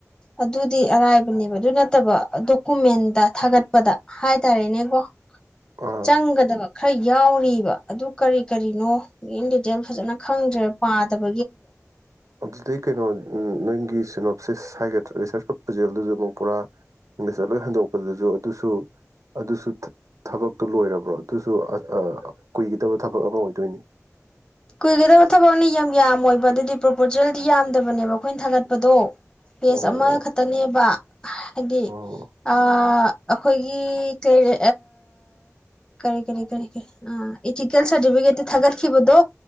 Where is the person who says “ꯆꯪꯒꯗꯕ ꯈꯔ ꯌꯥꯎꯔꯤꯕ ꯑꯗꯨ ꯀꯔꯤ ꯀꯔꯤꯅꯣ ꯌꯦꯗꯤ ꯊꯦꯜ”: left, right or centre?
Left